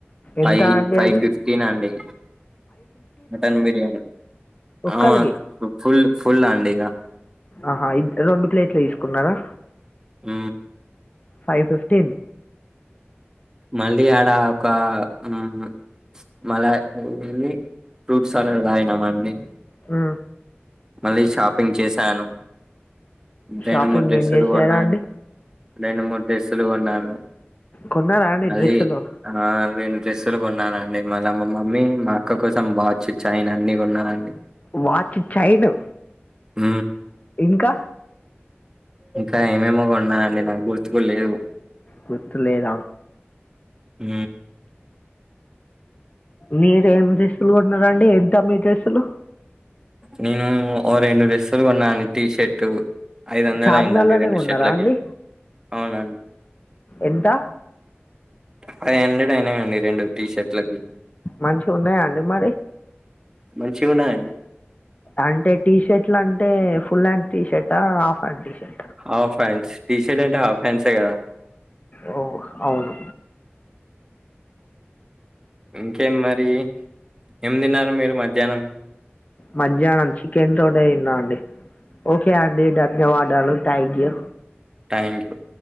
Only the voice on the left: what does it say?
ఎంత
అండి
అది
ఒక్కల్కి
ఆహా ఇ రెండు ప్లేట్లు తీసుకున్నారా
ఫైవ్ ఫిఫ్టీన్
ఉ
షాపింగ్
ఏం చేశారా
అండి
కొన్నారా అండి
డ్రెస్సులు
వాచ్ చైను
ఇంకా
గుర్తులేదా
మీరెం డ్రెస్సులు కొన్నారండి ఎంత మీ డ్రెస్సులు
చార్మినార్లోనే
కొన్నారా
అండి
ఎంత
మంచిగా ఉన్నాయా అండి మరి
అంటే టీ షర్ట్లు అంటే full hand tea షర్ట half hand T shirt
ఓ అవును
మధ్యానం చికెన్ తోటె తిన్న అండి ఓకే అండి ధన్యవాదాలు థ్యాంక్ యూ